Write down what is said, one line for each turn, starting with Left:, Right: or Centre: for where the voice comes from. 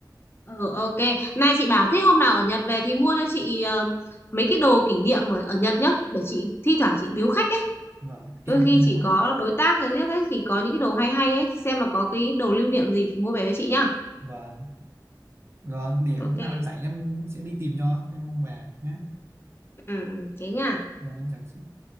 Left: ừ ok nay chị bảo thế hôm nào ở Nhật về thì mua cho chị ờ, mấy cái đồ kỷ niệm ở, ở Nhật nhá để chị thi thoảng chị biếu khách ấy
Right: vâng kèm
Left: đôi khi
Right: chống nắng
Left: chị có đối tác rồi nhất ấy thì có những cái đồ hay hay ấy thì xem là có cái đồ lưu niệm gì thì mua về cho chị nhá
Right: vâng rồi để
Left: ok
Right: hôm nào em rảnh em sẽ đi tìm cho em mong về nhé
Left: ừ, ừ, thế nha
Right: vâng em chào chị